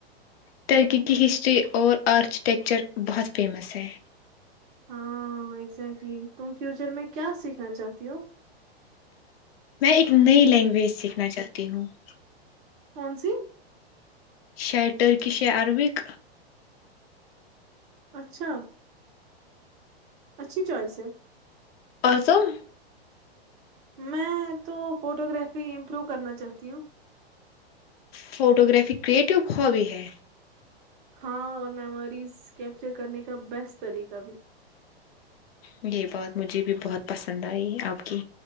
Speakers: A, on the left (about 65°); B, on the right (about 50°).
A: ترکی کی ہسٹری اور آرکیٹیکچر بہت فیمس ہے
B: ہاں ازیکٹلی تم فیوچر میں کیا سیکھنا چاہتی ہو
A: ات <unintelligible> لینگویج سیکھنا چاہتی ہوں <unintelligible>
B: کون سی <unintelligible>
A: ش ٹرکی سے اربک
B: اچھا <unintelligible> اچھی چوائس ہے
A: پسو <unintelligible>
B: میں تو فوٹو گرافی امپروو کرنا چاہتی ہوں
A: فوٹو گرافی کریٹو ہابی ہے <unintelligible>
B: ہاں اور میموریز کیپچر کرنے کا بیسٹ طریقہ بھی
A: یہ بہت مجھے بھی بہت پسند آئی آپ کی